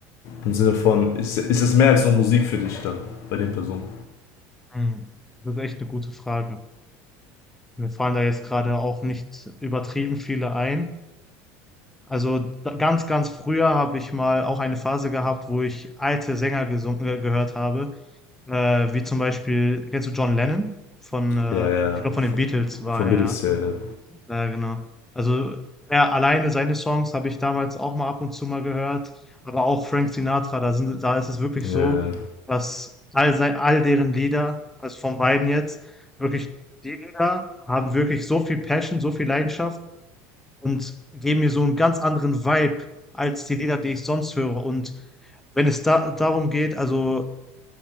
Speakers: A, on the left; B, in the centre.
A: Im Sinne von, ist, ist es mehr als nur Musik für dich dann, bei den Personen?
B: Hm. Das ist echt eine gute Frage. Mir fallen da jetzt gerade auch nicht übertrieben viele ein. Also da- ganz, ganz früher habe ich mal auch eine Phase gehabt, wo ich alte Sänger gesungen, äh, gehört habe, äh, wie zum Beispiel, kennst du John Lennon? Von, äh,
A: Ja, ja,
B: ich glaube, von den
A: von,
B: Beatles war
A: von
B: er
A: Beatles,
B: ja.
A: ja, ja.
B: Ja, genau. Also er alleine seine Songs habe ich damals auch mal ab und zu mal gehört, aber auch Frank Sinatra, da sind, da ist es wirklich so,
A: ja.
B: dass all sein, all deren Lieder, also von beiden jetzt, wirklich die Lieder haben wirklich so viel Passion, so viel Leidenschaft und geben mir so einen ganz anderen Vibe als die Lieder, die ich sonst höre. Und wenn es da darum geht, also